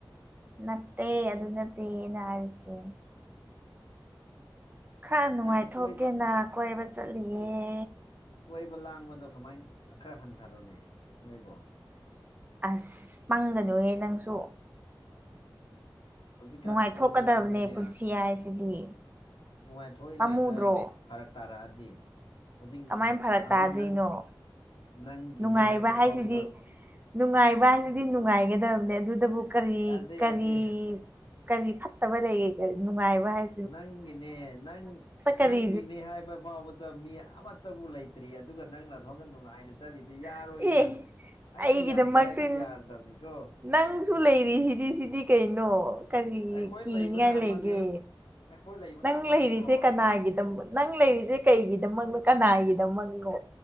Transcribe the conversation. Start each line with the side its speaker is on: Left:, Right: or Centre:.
Right: ꯅꯠꯇꯦ ꯑꯗꯨ ꯅꯠꯇꯦꯅ ꯑꯩꯅ ꯍꯥꯏꯔꯤꯁꯦ ꯈꯔ ꯅꯨꯡꯉꯥꯏꯊꯣꯛꯀꯦꯅ
Left: ꯌꯥꯝ ꯀꯣꯏꯕ
Right: ꯀꯣꯏꯕ ꯆꯠꯂꯤꯌꯦ
Left: ꯀꯣ- ꯀꯣꯏꯕ ꯂꯥꯡꯕꯗꯣ ꯀꯃꯥꯏꯅ ꯈꯔ ꯍꯟꯊꯔꯣꯅꯦ ꯅꯣꯏꯕꯣ
Right: ꯑ꯭ꯁ ꯄꯪꯒꯅꯨꯍꯦ ꯅꯪꯁꯨ
Left: ꯍꯧꯖꯤꯛꯀꯥꯟ
Right: ꯅꯨꯡꯉꯥꯏꯊꯣꯛꯀꯗꯕꯅꯦ
Left: ꯀꯣꯏꯕ ꯂꯥꯡꯕꯁꯦ
Right: ꯄꯨꯟꯁꯤ ꯍꯥꯏꯁꯤꯗꯤ
Left: ꯅꯨꯡꯉꯥꯏꯊꯣꯛꯏꯉꯩꯗ
Right: ꯄꯥꯝꯃꯨꯗ꯭ꯔꯣ
Left: ꯐꯔꯛ ꯇꯥꯔꯛꯑꯗꯤ ꯍꯧꯖꯤꯛ
Right: ꯀꯃꯥꯏꯅ ꯐꯔꯛ
Left: ꯍꯧꯖꯤꯛ
Right: ꯇꯥꯗꯣꯏꯅꯣ
Left: ꯅꯪ ꯅꯪꯒꯤꯅꯦ
Right: ꯅꯨꯡꯉꯥꯏꯕ
Left: ꯍꯥꯏꯕ
Right: ꯍꯥꯏꯁꯤꯗꯤ
Left: ꯐꯥꯎꯕꯗ
Right: ꯅꯨꯡꯉꯥꯏꯕ ꯍꯥꯏꯁꯤꯗꯤ ꯅꯨꯡꯉꯥꯏꯒꯗꯕꯅꯦ ꯑꯗꯨꯗꯕꯨ ꯀꯔꯤ
Left: ꯌꯥꯗꯦ
Right: ꯀꯔꯤ
Left: ꯌꯥꯗꯦ
Right: ꯀꯔꯤ ꯐꯠꯇꯕ ꯂꯩꯌꯦ ꯀꯔꯤ ꯅꯨꯡꯉꯥꯏꯕ ꯍꯥꯏ
Left: ꯅꯪꯒꯤꯅꯦ ꯅꯪ
Right: ꯀꯔꯤ
Left: ꯅꯪꯒꯤꯅꯦ ꯍꯥꯏꯕ ꯐꯥꯎꯕꯗ ꯃꯤ ꯑꯃꯠꯇꯕꯨ ꯂꯩꯇ꯭ꯔꯤ ꯑꯗꯨꯒ ꯅꯪꯅ ꯁꯣꯝꯗ ꯅꯨꯡꯉꯥꯏꯅ ꯆꯠꯂꯤꯗꯨ ꯌꯥꯔꯣꯏꯅꯦ
Right: ꯑꯦ
Left: ꯑꯩꯅ
Right: ꯑꯩꯒꯤꯗꯃꯛꯇꯤ
Left: ꯌꯥꯗꯦ ꯍꯥꯏꯔꯗꯤ ꯌꯥꯗꯕꯅꯤꯀꯣ
Right: ꯅꯪꯁꯨ ꯂꯩꯔꯤꯁꯤꯗꯤ ꯁꯤꯗꯤ ꯀꯩꯅꯣ ꯀꯔꯤꯒꯤ
Left: ꯑꯩꯈꯣꯏ
Right: ꯀꯤꯅꯤꯡꯉꯥꯏ
Left: ꯂꯩꯕꯅ ꯑꯃꯅꯤ
Right: ꯂꯩꯒꯦ
Left: ꯑꯩꯈꯣꯏ ꯂꯩꯕꯅ
Right: ꯅꯪ
Left: ꯑꯃꯅꯦꯀꯣ
Right: ꯂꯩꯔꯤꯁꯦ
Left: ꯑꯩꯈꯣꯏ
Right: ꯀꯅꯥꯒꯤꯗꯃꯛ ꯅꯪ ꯂꯩꯔꯤꯁꯦ ꯀꯩꯒꯤꯗꯃꯛꯅꯣ ꯀꯅꯥꯒꯤꯗꯃꯛꯅꯣ